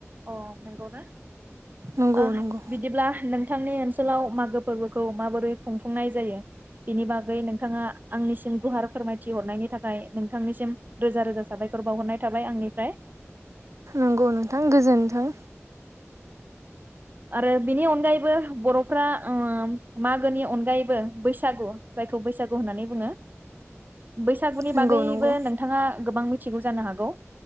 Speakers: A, on the right (about 40°); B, on the right (about 90°).
A: अ नंगौ ना?
B: नंगौ
A: ओ
B: नंगौ
A: बिदिब्ला नोंथांनि ओन ओनसोलाव मागो फोर्बोखौ माबोरै खुंफुंनाय जायो बिनि बागै नोंथाङा आंनिसिम गुहार फोरमायथि हरनायनि थाखाय नोंथांनिसिम रोजा रोजा साबायखर बावहरनाय थाबाय आंनिफ्राय।
B: नंगौ नोंथां गोजोनथों।
A: आरो बिनि अनगायैबो बर'फ्रा ओ मागोनि अनगायैबो बैसागु जायखौ बैसागु होननानै बुङो। बैसागुनि
B: नंगौ
A: बागैबो
B: नंगौ
A: नोंथाङा गोबां मिथिगौ जानो हागौ?